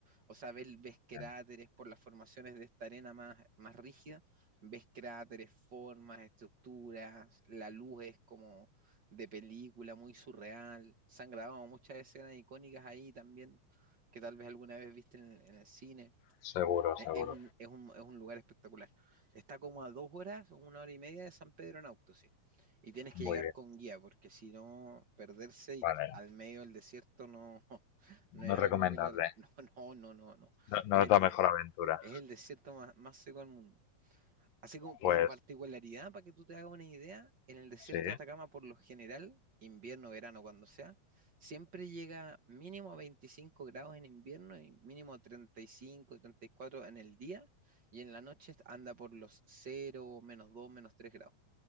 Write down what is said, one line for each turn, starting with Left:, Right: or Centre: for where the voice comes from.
Right: O sea, ves, ves cráteres
Left: Bien,
Right: por las formaciones de esta arena más, más rígida, ves cráteres, formas, estructuras, la luz es como de película, muy surreal. Se han grabado muchas escenas icónicas ahí también, que tal vez alguna vez viste en, en el cine.
Left: seguro,
Right: E-
Left: seguro,
Right: Es un, es un, es un lugar espectacular. Está como a dos horas o una hora y media de San Pedro en auto, sí. Y tienes que
Left: muy
Right: llegar
Left: bien,
Right: con guía, porque si no, perderse y,
Left: vale.
Right: al medio del desierto no, <laughs> no es
Left: no
Right: algo
Left: es recomendable.
Right: que le... <laughs> No, no, no, no, no.
Left: No, no
Right: Es
Left: es
Right: el,
Left: la mejor aventura.
Right: es el desierto más, más seco del mundo. Así como, como
Left: Pues
Right: particularidad, para que tú te hagas una idea, en el desierto
Left: sí.
Right: de Atacama, por lo general, invierno, verano, cuando sea, siempre llega mínimo a 25 grados en invierno y mínimo a 35, 34 en el día, y en la noche anda por los cero, menos 2, menos 3 grados,